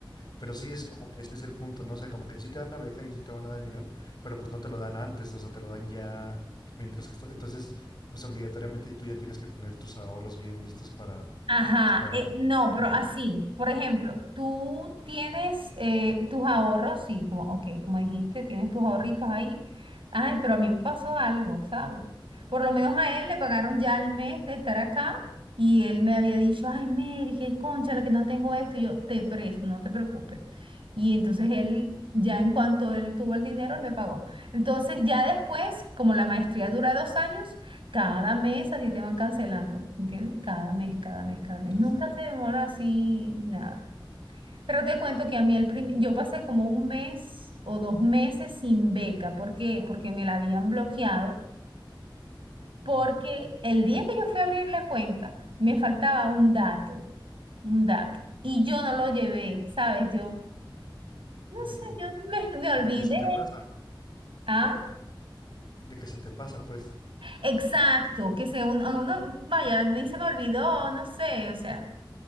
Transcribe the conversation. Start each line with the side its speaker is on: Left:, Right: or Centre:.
Left: pero sí es como que ese es el punto, ¿no? O sea, como que sí te dan la beca y sí te van a dar el dinero, pero pues no te lo dan antes, o sea, te lo dan ya mientras que esto- entonces, pues obligatoriamente tú ya tienes que tener tus ahorros bien listos para,
Right: Ajá,
Left: pues para
Right: eh, no,
Left: intercambio.
Right: pero así, por ejemplo, tú tienes eh, tus ahorros, sí, como, ok, como dijiste, tienes tus ahorritos ahí. Ay, pero a mí me pasó algo, ¿sabes? Por lo menos a él le pagaron ya el mes de estar acá y él me había dicho, ay, Mary, qué concha, la que no tengo esto, y yo te presto, no te preocupes. Y entonces él, ya en cuanto él tuvo el dinero, él me pagó. Entonces, ya después, como la maestría dura dos años, cada mes a ti te van cancelando, ¿entiendes? Cada mes, cada mes, cada mes.
Left: Sí,
Right: Nunca
Left: sí, sí.
Right: se demora así, nada. Pero te cuento que a mí el prim- yo pasé como un mes o dos meses sin beca. ¿Por qué? Porque me la habían bloqueado. Porque
Left: Mm,
Right: el día que yo fui a abrir la cuenta, me faltaba un dato, un dato. Y yo no lo llevé, ¿sabes? Yo, no
Left: sí,
Right: sé,
Left: sí, sí.
Right: yo me, me olvidé.
Left: De que se te pasa,
Right: ¿Ah?
Left: de que se te pasa, pues.
Right: Exacto, que se un- uno, vaya, a mí se me olvidó, no sé, o sea.